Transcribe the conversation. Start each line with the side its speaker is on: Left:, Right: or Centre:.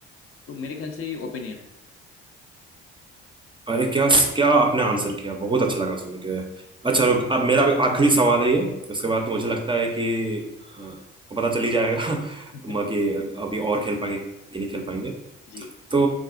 Left: तो मेरे ख्याल से ये ओपिनियन है
Right: अरे क्या क्या आपने आंसर किया बहुत अच्छा लगा सुन के अच्छा रुक अब मेरा भी आखिरी सवाल है ये उसके बाद तो
Left: जी
Right: मुझे लगता है कि अ, पता चल ही जाएगा <laughs>
Left: <laughs>
Right: म- कि अभी और खेल पाएंगे कि नहीं खेल पाएंगे
Left: जी
Right: तो